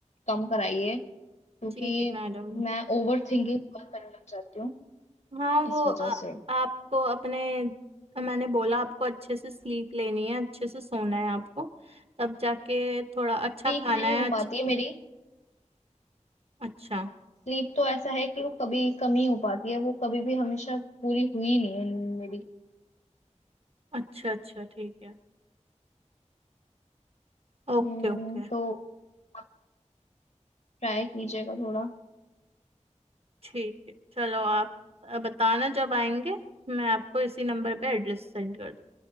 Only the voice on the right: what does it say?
जी जी मैडम
हाँ
वो आ,
आपको अपने मैंने बोला आपको अच्छे से स्लीप लेनी है अच्छे से सोना है आपको तब जाके थोड़ा अच्छा
खाना
है अच्छा
अच्छा
अच्छा अच्छा ठीक है Okay
okay
ठीक है चलो आप अ, बताना जब आएंगे मैं आपको इसी नंबर पे एड्रेस सेंड कर दूँ